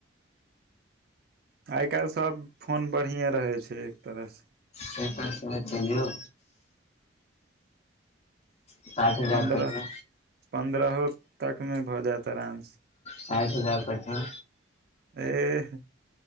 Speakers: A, on the right (about 50°); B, on the left (about 35°).
A: आइ काल्हि सभ फोन बढ़ियएँ रहै छै एक तरहसँ
B: तप चाहियौ साठि हजार
A: पन्द्रह
B: तक मे
A: पन्द्रहो तकमे भऽ जायत आरामसे
B: साठि हजार पना
A: एह